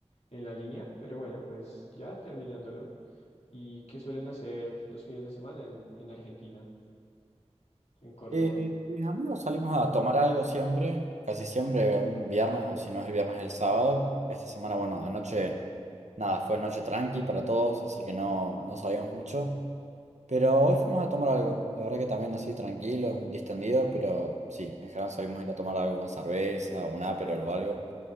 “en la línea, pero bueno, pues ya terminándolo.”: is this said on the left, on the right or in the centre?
Left